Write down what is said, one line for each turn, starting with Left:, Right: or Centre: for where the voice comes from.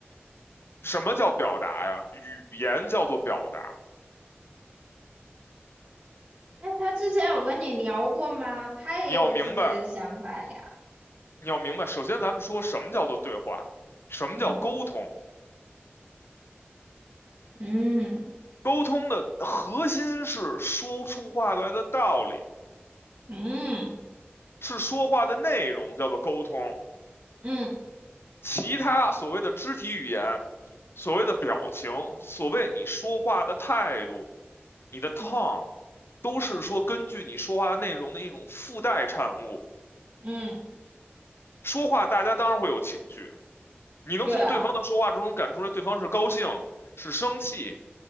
Left: 什么叫表达呀？语言叫做表达。
Right: 那他之前有跟你聊过吗？他也有自己的想法呀，
Left: 你要明白，你要明白。首先，咱们说什么叫做对话，什么叫沟通？
Right: 嗯嗯
Left: 沟通的核心是说出话来的道理，
Right: 嗯
Left: 是说话的内容叫做沟通。
Right: 嗯
Left: 其他所谓的肢体语言、所谓的表情、所谓你说话的态度、你的 tone，
Right: 嗯
Left: 都是说根据你说话的内容的一种附带产物。
Right: 嗯，
Left: 说话大家当然会有情绪，你能从对方的说话之中能感出来对方是高兴、
Right: 对啊，
Left: 是生气、